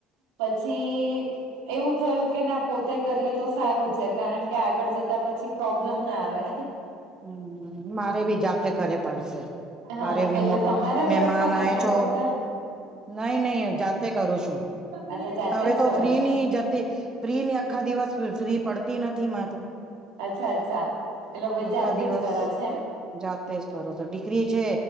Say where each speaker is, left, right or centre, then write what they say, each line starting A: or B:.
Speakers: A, on the right; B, on the right.
A: પછી એવું થયું કે ના પોતે કરીએ તો સારું છે કારણ કે આગળ જતા પછી પ્રોબ્લેમ ના આવે.
B: હમ્મ મારે બી જાતે કરે પડશે.
A: હા
B: મારે બી
A: એટલે
B: મો
A: તમારા
B: મહેમાન
A: ઘરે પણ કચરા
B: આય છો
A: પોતા
B: નહી નહી જાતે કરું છું.
A: અચ્છા જાતે
B: તો હવે
A: જ
B: તો
A: કરો
B: ફ્રી
A: છો
B: ની, જા તી ફ્રી ની આખા દિવસ ફ્રી ફ્રી પડતી નથી માં તો
A: અચ્છા અચ્છા એટલે પહી
B: આખા
A: જાતે
B: દિવસ
A: જ કરો છો એમ?
B: જાતે જ કરો છો ડીકરી છે